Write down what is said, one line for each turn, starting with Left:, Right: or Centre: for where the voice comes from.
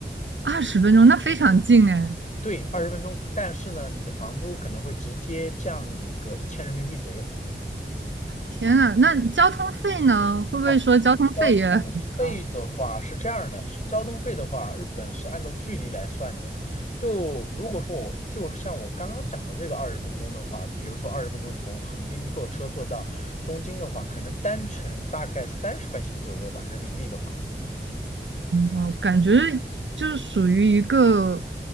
Right: 二十分钟，那非常近哎！
Left: 对，二十分钟，但是呢，你的房租可能会直接降个一千人民币左右。
Right: 天呐，那交通费呢？会不会说交通费也很高？
Left: 哦，交通费的话是这样的，是交通费的话，日本是按照距离来算的。就如果说我就像我刚刚讲的这个二十分钟的话，就比如说二十分钟从横滨坐车坐到东京的话，可能单程大概三十块钱左右吧，人民币的话。
Right: 哦，感觉就是属于一个